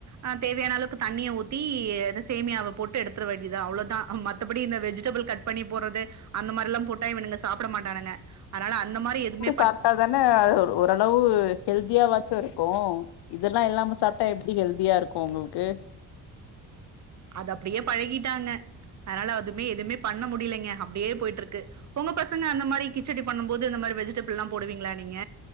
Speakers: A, on the right; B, on the left.
A: அ தேவையான அளவுக்கு தண்ணிய ஊத்தி இந்த சேமியாவ போட்டு எடுத்துட வேண்டியது அவ்ளோதா மத்தபடி இந்த வெஜிடபிள் கட் பண்ணி போட்றது அந்த மாரில்லா போட்டா இவனுங்க சாப்ட மாட்டானுங்க, அதனால அந்த மாரி எதுவுமே
B: சாப்ட்டாதான ஓரளவு ஹெல்தியாவாச்சு இருக்கு இதெல்லா இல்லாம சாப்ட்டா எப்டி ஹெல்தியா இருக்கு உங்களுக்கு
A: அது அப்டியே பழகிட்டாங்க, அதனால அதுமே எதுமே பண்ண முடியலைங்க அப்டியே போயிட்டுருக்கு உங்க பசங்க அந்த மாரி கிச்சடி பண்ணும்போது இந்த மாரி வெஜிடபிள் எல்லா போடுவிங்களா நீங்க